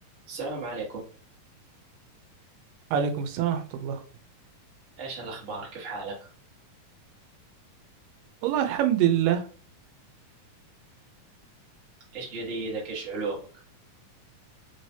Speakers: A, on the right; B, on the right.
A: السلام عليكم
B: عليكم السلام ورحمة الله
A: ايش الاخبار كيف حالك
B: والله الحمد لله
A: ايش جديدك ايش علومك